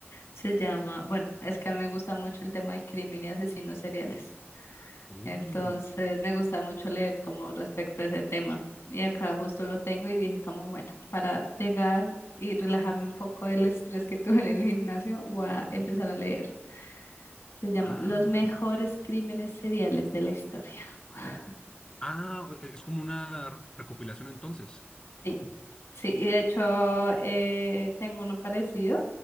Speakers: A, on the left; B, on the left.
A: Se llama, bueno, es que a mí me gusta mucho el tema de crimen y asesinos seriales.
B: Uh,
A: Entonces me gusta mucho leer como respecto a ese tema. Y acá justo lo tengo y dije como, bueno, para llegar y relajarme un poco del estrés que <laughs> tuve en el gimnasio, voy a empezar a leer. Se llama
B: ah,
A: Los mejores crímenes seriales de la historia. <laughs>
B: ah, es como una recopilación entonces.
A: Sí, Sí, y de hecho eh, tengo uno parecido,